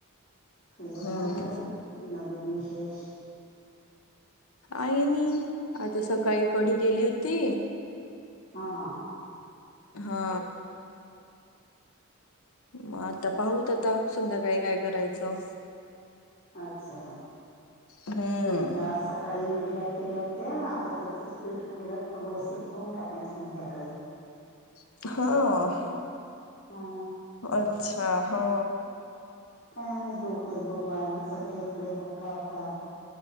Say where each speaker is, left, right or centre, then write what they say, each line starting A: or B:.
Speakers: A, on the left; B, on the left.
A: तुझ
B: हम्म
A: सांग काही नवीन विशेष
B: आहेई न आता सकाळी कढी गेली होती
A: हा
B: हा मग आता पाहूत आता संध्याकाळी काय करायचं
A: अच्छा
B: हम्म
A: मी आसा सकाळी इडल्या केल्या होत्या आता त्याचंच पीठ उरलं तर डोसे करून टाकेल संध्याकाळी
B: हा
A: हो
B: अच्छा हा
A: काय आम्ही दोघेच दोघ आहे ना सध्या मग इकडे काय कराव.